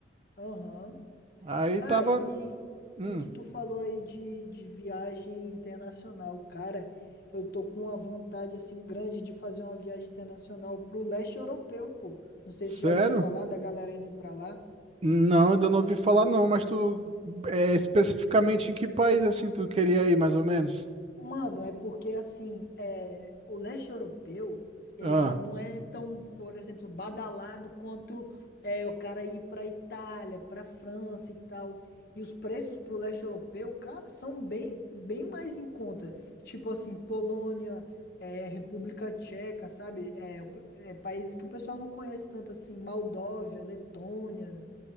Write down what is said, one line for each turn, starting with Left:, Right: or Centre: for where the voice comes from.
Left: Aham.
Right: Aí
Left: Cara,
Right: tava,
Left: e,
Right: hum,
Left: e que tu falou aí de, de viagem internacional. Cara, eu tô com uma vontade, assim, grande de fazer uma viagem internacional pro leste europeu, pô. Não sei
Right: sério?
Left: se já ouviu falar da galera indo pra lá.
Right: Não, ainda não ouvi falar não, mas tu é especificamente em que país assim tu queria ir, mais ou menos?
Left: Mano, é porque assim, é, o leste europeu, ele
Right: Ah,
Left: não é tão, por exemplo, badalado quanto é, o cara ir pra Itália, pra França e tal. E os preços pro leste europeu, cara, são bem, bem mais em conta. Tipo assim, Polônia, é, República Tcheca, sabe? É, o pe- é, países que o pessoal não conhece tanto assim, Moldóvia, Letônia.